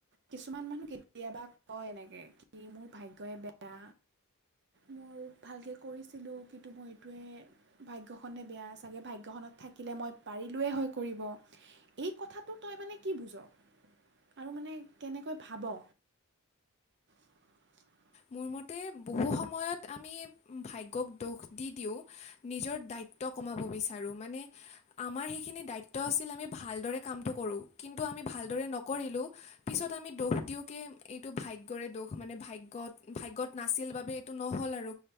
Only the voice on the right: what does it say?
কিছুমান মানুহ কেতিয়াবা কয় এনেকে কি মোৰ ভাগ্যই বেয়া মোৰ ভালকে কৰিছিলোঁ কিন্তু মই এইটোৱে ভাগ্যখনে বেয়া চাগে ভাগ্যখনত থাকিলে মই পাৰিলোৱে হৈ কৰিব এই কথাটো তই মানে কি বুজ? আৰু মানে কেনেকৈ ভাব? <inaudible>